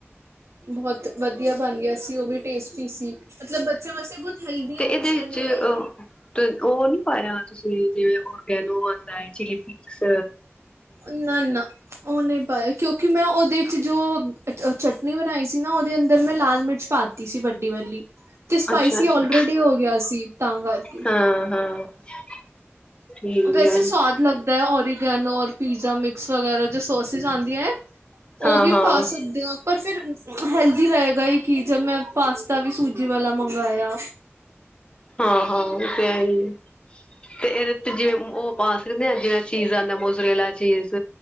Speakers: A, on the right (about 80°); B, on the left (about 25°).
A: ਬਤ ਵਧੀਆ ਬਣ ਗਿਆ ਸੀ, ਉਹ ਵੀ ਟੇਸਟੀ ਸੀ ਮਤਲਬ ਬੱਚਿਆਂ ਵਾਸਤੇ ਬੌਤ ਹੈਲਦੀ
B: ਤੇ ਇਹਦੇ
A: ਓਪਸ਼ਨ
B: ਵਿੱਚ
A: ਏ
B: ਅ ਤੇ ਉਹ ਨੀ ਪਾਇਆ ਤੁਸੀਂ ਜਿਵੇਂ ਓਰਗੈਨੋ ਆਉਂਦਾ ਹੈ, ਚਿਲੀ ਫਲੇਕਸ
A: ਨਾ, ਨਾ ਉਹ ਨਹੀਂ ਪਾਇਆ ਕਿਉਂਕਿ ਮੈਂ ਉਹਦੇ ਜੋ ਚਟਨੀ ਬਣਾਈ ਸੀ ਨਾ, ਉਹਦੇ ਅੰਦਰ ਮੈਂ ਲਾਲ ਮਿਰਚ ਪਾਤੀ ਸੀ ਵੱਡੀ ਵਾਲੀ ਤੇ ਸਪਾਈਸੀ
B: ਅੱਛਾ ਅੱਛਾ
A: ਆਲਰੇਡੀ ਹੋ ਗਿਆ ਸੀ। ਤਾਂ ਕਰਕੇ
B: ਹਾਂ <inaudible> ਠੀਕ
A: ਵੈਸੇ
B: ਹੈ
A: ਸਵਾਦ ਲੱਗਦਾ ਹੈ। ਔਰ ਗੇਨੋ ਰ ਪੀਜ਼ਾ ਮਿਕਸ ਵਗੈਰਾ ਜੋ ਸੋਸਿਸ ਆਉਂਦੀਆਂ ਹੈ, ਉਹ
B: ਹਾਂ
A: ਵੀ
B: ਹਾਂ
A: ਪਾ ਸਕਦੇ ਆਾਂ ਪਰ ਫਿਰ ਹੈਲਦੀ ਰਹੇਗਾ ਹੀ ਕਿ ਜਬ ਮੈਂ ਪਾਸਤਾ ਵੀ ਸੂਜੀ ਵਾਲਾ ਮੰਗਾਇਆ
B: ਹਾਂ, ਹਾਂ ਤੇ ਆਹੀ ਤੇ ਇਹਦੇ ਤੇ ਜਿਵੇਂ ਉਹ ਪਾ ਸਕਦੇ ਆ ਜਿਵੇਂ ਚੀਜ਼ ਆਉਂਦਾ ਮੋਸਰੇਲਾ ਚੀਜ਼